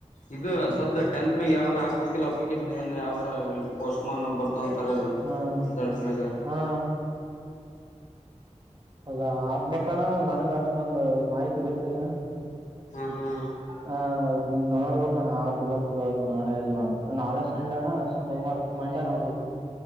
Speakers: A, on the left (about 80°); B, on the right (about 40°).
A: ಇದು ಸದ ಟೆಂತ್ ಮ್ಯಾಗ ಯಾವ್ರ ಹಾಕ್ಬೇಕಿಲ್ಲ ಅಪ್ಲಿಕೇಶನ್ ಏನ್ ಯಾವ್ರ ಪೋಸ್ಟ್ ಮನ್ ಬರ್ ೊಂತರ
B: ಹ್ಮ್
A: ರರಿಿಸಲ್ಟ್ ಮೇ
B: ಹಾ ಹೌದಾ ಆಗ್ಬೇಕಣ ನನಗ ಅಷ್ಟ ಮಷ್ಟೊಂದು ಮಾಹಿತಿ ಗೊತ್ತಲ್ಲ
A: ಹಾ ಹಾ
B: ಹ ನೋಡ್ಬೇಕಣ ಆಗ್ಬೇಕು ಇವಾಗ ನಾಳೆ ಎಲ್ ನೋಡ್ ನಾಳೆ ಸಣ್ಣ ಅಣ್ಣ ಸೋಮವಾರ ಮಂಡೆ ನೋಡ್ು